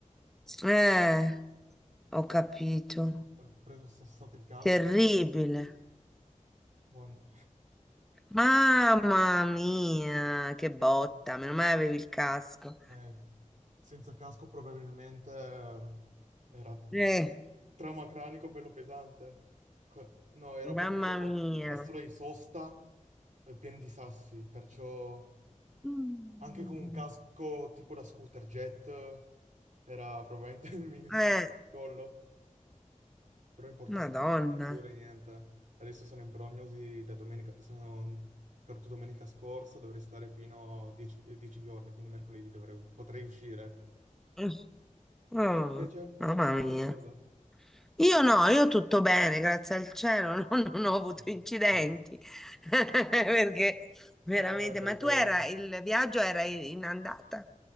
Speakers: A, in the centre; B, on the right.
A: Eh, ho capito.
B: Ho preso sassato il casco.
A: Terribile.
B: Buon.
A: Mamma mia, che botta,
B: buon-
A: meno male avevi il casco.
B: eh, senza casco probabilmente eh, era
A: Eh,
B: trauma cranico bello pesante. Co- No, ero
A: mamma
B: proprio
A: mia.
B: castro di sosta eh, pieno di sassi, perciò...
A: Mm.
B: Anche con un casco tipo da scooter jet era probabilmente <laughs> mi stava
A: Eh,
B: il collo, però è importante
A: Madonna.
B: anche la fattura, niente. Adesso sono in prognosi da domenica, sono caduto domenica scorsa, dovrei stare fino a 10, 10 giorni, quindi mercoledì dovrei- potrei uscire.
A: Eh, Oh,
B: Tu invece,
A: mamma
B: sì,
A: mia.
B: qualcosa?
A: Io no, io tutto bene, grazie al cielo, <laughs> non, non ho avuto
B: <laughs>
A: incidenti. <laughs> Perché veramente,
B: No, è pericoloso.
A: ma tu era il viaggio era in andata?